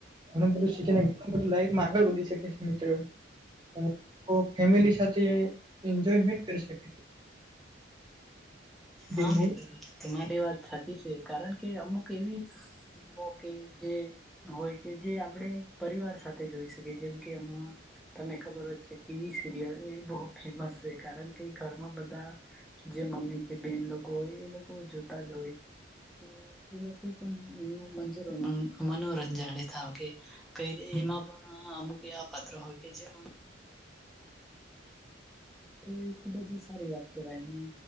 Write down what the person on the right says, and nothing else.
ઘણું બધું શીખે ને ઘણું બધું લાઈફમાં આગળ વધી શકે મિત્ર અને કોઈ ફેમિલી સાથે એન્જોયમેન્ટ કરી શકે છે જે
મૂવી